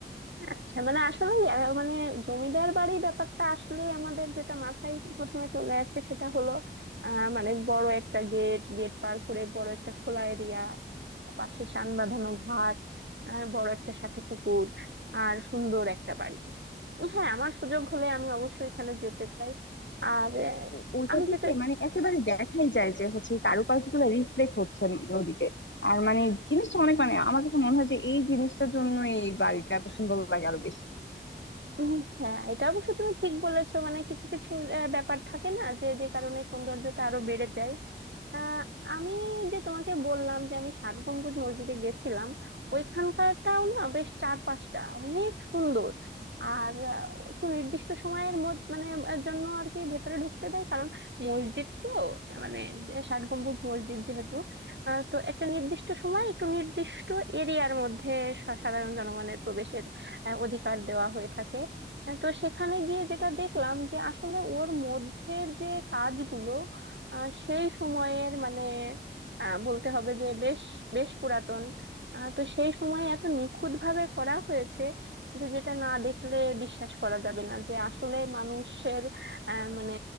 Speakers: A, on the right; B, on the left.
A: আচ্ছা মানে আসলে আহ, মানে জমিদার বাড়ি ব্যাপারটা আসলে আমাদের যেটা মাথায় প্রথমে চলে আসছে সেটা হলো আহ মানে বড় একটা গেট গেট পার করে বড় একটা খোলা এরিয়া পাশে শান বাঁধানো ঘাট আর বড় একটা সাথে পুকুর আর সুন্দর একটা বাড়ি হ্যাঁ আমার সুযোগ হলে আমি অবশ্যই এখানে যেতে চাই আর আহ,
B: তো ওইটা
A: আমি
B: থেকে
A: যেটা
B: মানে একেবারে দেখাই যায় যে হচ্ছে এই কারুকার্য গুলো রিফ্লেক্ট হচ্ছে নদীতে আর মানে জিনিসটা অনেক মানে আমার কাছে মনে হয় যে এই জিনিসটার জন্য এই বাড়িটা এত সুন্দর লাগে আরো বেশি
A: উম, হ্যাঁ এটা অবশ্য তুমি ঠিক বলেছো মানে কিছু কিছু আহ, ব্যাপার থাকে না যে যে কারণে সৌন্দর্যটা আরো বেড়ে যায় আহ, আমি যে তোমাকে গেছিলাম যে আমি ষাট গম্বুজ মসজিদে গেছিলাম ওইখানকারটাও না বেশ চার পাঁচটা অনেক সুন্দর আর আহ, একটু নির্দিষ্ট সময়ের মধ্যে মানে আহ, জন্য আর কি ভেতরে ঢুকতে দেয় কারণ মসজিদ তো মানে ষাট গম্বুজ মসজিদ যেহেতু আহ, তো একটা নির্দিষ্ট সময় একটু নির্দিষ্ট এরিয়ার মধ্যে সা- সাধারণ জনগণের প্রবেশের আহ, অধিকার দেওয়া হয়ে থাকে আহ, তো সেখানে গিয়ে যেটা দেখলাম যে আসলে ওর মধ্যের যে কাজগুলো আহ, সেই সময়ের মানে আহ, বলতে হবে যে বেশ বেশ পুরাতন আহ, তো সেই সময় এত নিখুঁত ভাবে করা হয়েছে যে যেটা না দেখলে বিশ্বাস করা যাবে না যে আসলে মানুষের আহ, মানে